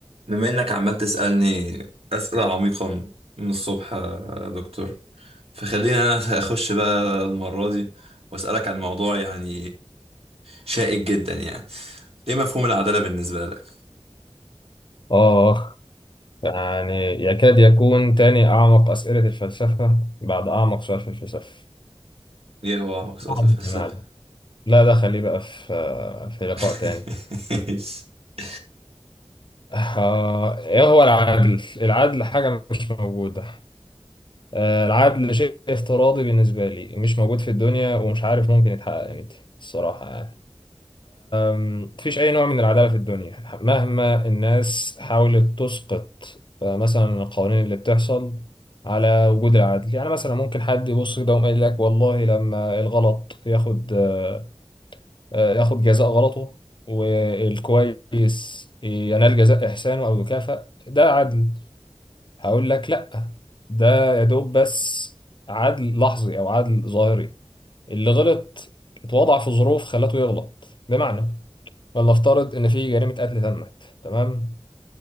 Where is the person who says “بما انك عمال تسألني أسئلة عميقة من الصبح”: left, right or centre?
Right